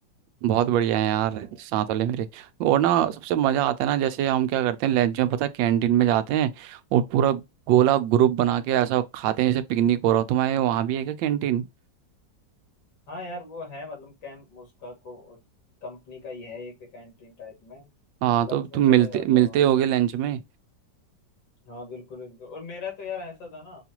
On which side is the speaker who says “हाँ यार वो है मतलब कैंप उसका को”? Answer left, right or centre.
Left